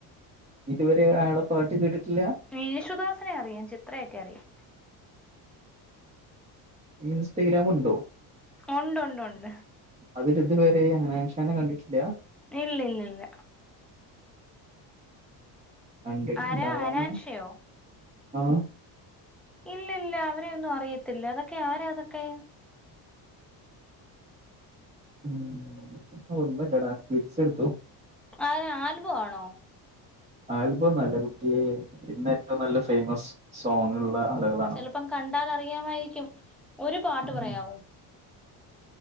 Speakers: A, on the right (about 15°); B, in the centre.
A: ഇതുവരെ അയാളെ പാട്ട് കേട്ടിട്ടില്ലേ?
B: യേശുദാസിനെ അറിയാം ചിത്രയൊക്കെ അറിയാം
A: ഇൻസ്റ്റഗ്രാം ഉണ്ടോ?
B: ഒ ഉണ്ട് ഉണ്ട് ഉണ്ട്
A: അതില്‍ ഇതുവരെ ഹനാൻഷാന കണ്ടിട്ടില്ല
B: ഇല്ല ഇല്ല ഇല്ല
A: കണ്ടിട്ട്
B: ആരാ
A: ഉണ്ടാവണ
B: ഹനാൻഷയോ
A: ആ
B: ഇല്ല ഇല്ല അവരെയൊന്നും അറിയത്തില്ല അതൊക്കെ ആരാ അതൊക്കെ
A: ഉം ഒന്നുമില്ലടാ തിരിച്ചെടുത്തു.
B: ആ ആൽബോ ആണോ?
A: ആൽബം ഒന്നും അല്ല കുട്ട്യ ഇന്ന് ഏറ്റവും നല്ല ഫേമസ് സോങ് ഉള്ള ആളുകളാണ്
B: ചെലപ്പം കണ്ടാൽഅറിയാവായിരിക്കും ഒരുപാട്ട്
A: ഉം.
B: പറയാവോ?